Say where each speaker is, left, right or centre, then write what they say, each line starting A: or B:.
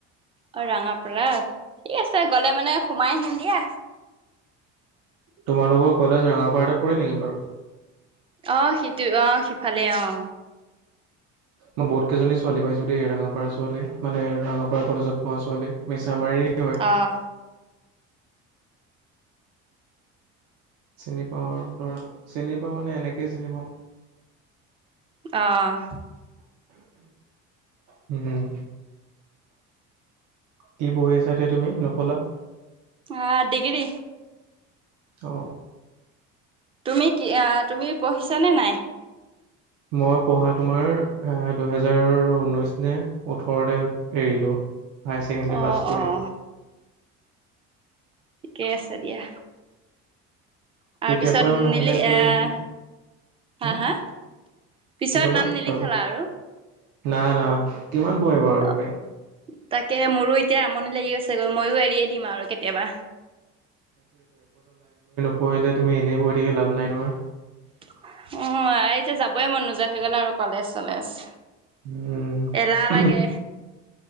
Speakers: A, on the right; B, on the right.
A: অ ৰঙাপাৰাত ঠিক আছে গলে মানে সোমাই আহিম দিয়া
B: তোমালোকৰ কলেজ ৰঙাপাৰতে পৰি নেকি বাৰু
A: অ সিটো অ সিফালে অ
B: মই বহুত কেইজনী ছোৱালী পাইছো দেই ৰঙাপাৰা ছোৱালী মানে ৰঙাপাৰ কলেজত পঢ়া ছোৱালী মি আামাৰি হয়
A: অ',
B: চিনি পাওঁ আৰু ধৰা চিনি পাওঁ মানে এনেকেই চিনি পাওঁ
A: অ',
B: হম কি বহি আছা এতিয়া তুমি নুকলা
A: অ, ডিগ্ৰী
B: অ
A: তুমি কি তুমি পঢ়িছানে নাই
B: মই পঢ়া তোমাৰ দুহেজাৰ ঊনৈশ নে ওঠৰতে এৰিলো। হায়াৰ ছেকেণ্ডেৰী
A: অ',
B: পাছ কৰি
A: অ', ঠিকেই আছে দিয়া তাৰপিছত
B: তেতিয়াৰ পৰা লাহে-
A: নিলি
B: লাহে কৰি
A: আহ
B: আহিছো।
A: হা
B: উম
A: হা পিছত
B: কি কলা
A: নাম নিলিখালা
B: তাৰপিছত
A: আৰু?
B: না - না কিমান পৰিব আৰু
A: অ',
B: বেংক।
A: তাকে মোৰো এতিয়া আমনি লাগি গৈছে গৈ ময়ো এৰিয়ে দিম আৰু কেতিয়াবা
B: পঢ়িলে তুমি এনেই পঢ় থাকি লাভ নাই নহয়।
A: অ, আৰু এতিয়া যাবই মন নোযোৱা হৈ গ'ল আৰু কলেজ চলেজ।
B: উম
A: এলাহ লাগে।